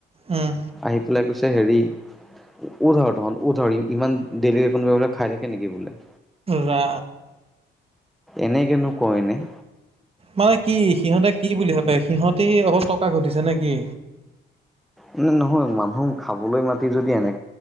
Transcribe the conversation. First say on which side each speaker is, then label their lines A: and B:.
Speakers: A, on the right; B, in the centre.
A: উম,
B: আহি পেলাই কৈছে হেৰি উঠ আৰু তহঁত উঠ আৰু ইমান দেৰিলৈকে কোনোবাই বোলে খাই থাকে নেকি বোলে
A: ৰা
B: এনেকেনো কৈয় নে-
A: মানে কি সিহঁতে কি বুলি ভাবে, সিহতে অকল টকা ঘটিছে নে কি?
B: উমম নহয়, মানুহ খাবলৈ মাতি যদি এনে